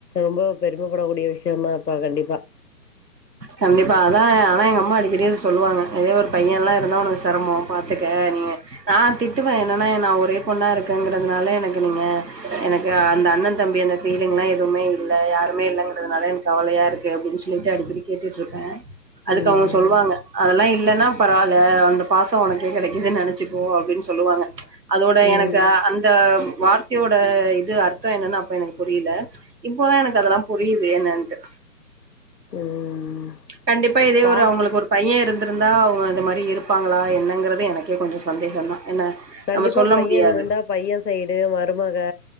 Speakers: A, on the left; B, on the right.
A: ரொம்ப பெருமப்படக்கூடிய வி சியமா அப்பா கண்டி
B: கண்டிப்பா அதா ஆனா எங்க அம்மா அடிக்கடி சொல்லுவாங்க அதே ஒரு பையன்லா இருந்தா உனக்கு செரமம் பாத்துக்க நீங்க நா திட்டுவே என்னன்னா நா ஒரே பொண்ணா இருக்கங்கிறதுனால எனக்கு நீங்க எனக்கு அந்த அண்ண தம்பி அந்த ஃபீலிங் எல்லா எதுமே இல்ல யாருமே இல்லங்கிறதுனால எனக்கு கவலையா இருக் கு அப்டின்னு சொல்லிட்டு அடிக்கடி கேட்டுட்ருப்பே அதுக்கு
A: ம்
B: அவங்க சொல்லுவாங்க அதெல்லா இல்லைன்னா பரவால்ல அந்த பாசம் உனக்கே கெடைக்குதுன் நெனச்சுப்போ அப்டின் சொல்லுவாங்க அதோட
A: ம்
B: எனக்கு அந்த வார்த்தையோட இது அர்த்தம் என்னன்னு அப்போ எனக்கு புரியல இப்போதா எனக்கு அதெல்லா புரி யுது என்னன்ட்டு
A: ம்
B: கண்டிப்பா இதே
A: ப்பா
B: ஒரு அவுங்களுக்கு ஒரு பைய இருந்து இருந்தா அவங்க இந்த மாரி இருப்பாங்களா என்னங்கிறது எனக்கே கொஞ்ச சந்தேகந்தா என்ன
A: கண்டிப்பா
B: நம்ம சொல்ல
A: பைய
B: முடியாது
A: இருந்தா பைய சைடு மருமக